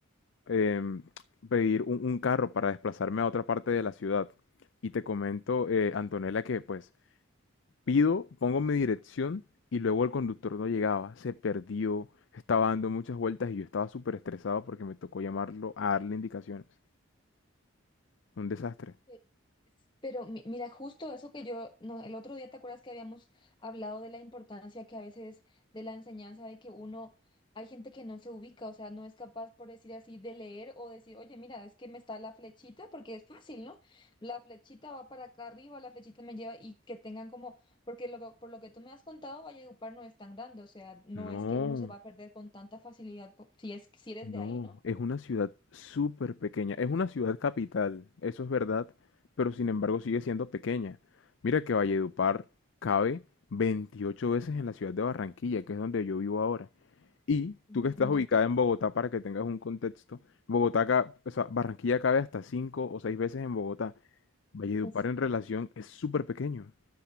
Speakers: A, on the left (about 60°); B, on the left (about 20°).
A: em, pedir un, un carro para desplazarme a otra parte de la ciudad. Y te comento, eh, Antonella, que pues Pido, pongo mi dirección y luego el conductor no llegaba, se perdió, estaba dando muchas vueltas y yo estaba súper estresado porque me tocó llamarlo a darle indicaciones. Un desastre.
B: Pero mi- mira, justo eso que yo, no, el otro día, ¿te acuerdas que habíamos hablado de la importancia que a veces de la enseñanza de que uno, hay gente que no se ubica, o sea, no es capaz, por decir así, de leer o decir, oye, mira, es que me está la flechita, porque es fácil, ¿no? La flechita va para acá arriba, la flechita me lleva y que tengan como, porque lo, que- por lo que tú me has contado, Valledupar no es tan grande, o sea, no
A: No,
B: es que uno se va a perder con tanta facilidad, po- si es, si eres
A: no,
B: de ahí, ¿no?
A: es una ciudad súper pequeña, es una ciudad capital, eso es verdad, pero sin embargo
B: Sí.
A: sigue siendo pequeña. Mira que Valledupar cabe 28 veces en la ciudad de Barranquilla, que es donde yo vivo ahora. Y tú
B: Imagínate.
A: que estás ubicada en Bogotá, para que tengas un contexto, Bogotá, ca- o sea, Barranquilla cabe hasta cinco o seis veces en Bogotá. Valledupar
B: Uf.
A: en relación es súper pequeño,